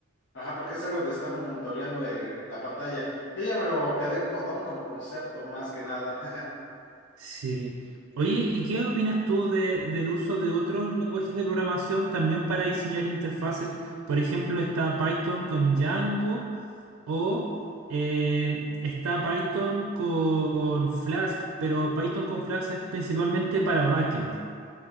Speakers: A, on the left (about 55°); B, on the right (about 85°).
A: Ajá, porque es algo de estar monitoreando el- la pantalla. Yo ya me lo quedé como don, como concepto, más que nada. <laughs>
B: sí. Oye, ¿y qué opinas tú de- del uso de otros lenguajes de programación también para diseñar interfaces? Por ejemplo, está Python con Django O eh, está Python con Flask, pero Python con Flask es principalmente para backend.